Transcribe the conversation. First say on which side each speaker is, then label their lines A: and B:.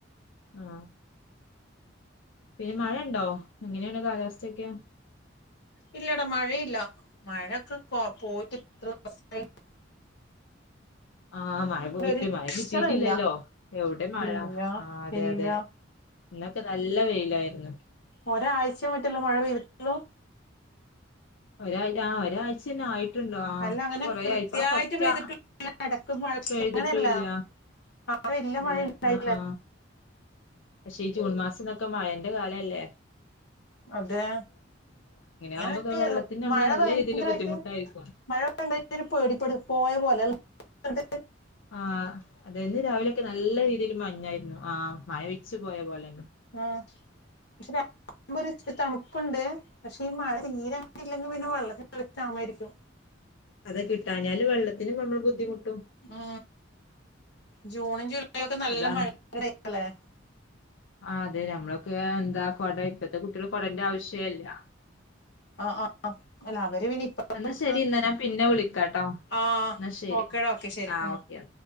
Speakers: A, on the left; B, on the left.
A: ആഹ് പിന്നെ മഴയൊണ്ടോ? എങ്ങനെയാണ് കാലാവസ്ഥയൊക്കെ?
B: ഇല്ലടാ മഴയില്ല. മഴൊക്കെ പൊ പോയിട്ടിത്ര <unintelligible>
A: ആഹ് മഴ പോയിട്ട്
B: ഒരു ലക്ഷണമില്ല
A: മഴ കിട്ടീട്ടില്ലല്ലോ. എവിടെ മഴ
B: ഇല്ല
A: ആ അതെ
B: ഇല്ല ഇല്ല.
A: അതെ ഇന്നെക്കെ നല്ല വെയിലായിരുന്നു.
B: ഒരാഴ്ച്ചയേ മറ്റൊള്ളു മഴ പെയ്തിട്ടൊള്ളൂ?
A: ഒരാ ആ ഒരാഴ്ച തന്നെ ആയിട്ട്. ട്ടണ്ടോ
B: അല്ല അങ്ങനെ
A: കൊറെ
B: കൃത്യായിട്ട്
A: ആയിപ്പോ. ഫസ്റ്റ്
B: പെയ്തിട്ടില്ല
A: ആ
B: ഇടക്ക് മഴ
A: പെയ്തിട്ടും
B: അങ്ങനെയല്ല
A: ഇല്ല
B: ആ വല്യ
A: അതെ
B: മഴ ഉണ്ടായില്ല.
A: ആ ആ പക്ഷെ ഈ ജൂൺ മാസമൊക്കെ മഴന്റെ കാലല്ലേ! !
B: അതെ ഇങ്ങനെ
A: ആകുമ്പോക്കെ വെള്ളത്തിന് നമ്മള്
B: മഴ
A: നല്ല
B: ഭയങ്കരമായിട്ട്
A: രീതിയിൽ ബുദ്ധിമുട്ടായിരിക്കും
B: മഴ ഭയങ്കര പേടിപ്പെടു പോയ പോലെല്ല <unintelligible>
A: ആ അതന്ന് രാവിലൊക്കെ നല്ല രീതിൽ മഴ ഉണ്ടായിരുന്നു ആ മഴ വിച്ചു പോയ പോലെ
B: ആ പക്ഷെ തണുപ്പുണ്ട് പക്ഷെ ഈ മഴ തീരെ അങ്ങനെ ഇല്ലെങ്കിൽ പിന്നെ വെള്ളത്തിൽ ക്ഷാമായിരിക്കും.
A: അതെ കിട്ടാഞ്ഞാല് വെള്ളത്തിന് നമ്മൾ ബുദ്ധിമുട്ടും.
B: ആ ജൂണും ജൂല യൊക്കെ നല്ല
A: അതാണ്
B: മഴ കാല <unintelligible>
A: ആ അതെ ഞമ്മളൊക്കെ ന്താ കൊട ഇപ്പത്തെ കുട്ടികൾ കൊടന്റെ ആവശ്യേല്ല
B: ആ ആ അല്ല അവര് പിനി <unintelligible> ഇപ്പ
A: എന്നാ ശരി എന്നാ ഞാൻ പിന്നെ വിളിക്കാട്ടോ
B: ആ
A: എന്നാ ശരി
B: ഓക്കേടാ ഓക്കെ ശെരി
A: ആഹ്
B: ഉം
A: ഓക്കെ
B: <inaudible>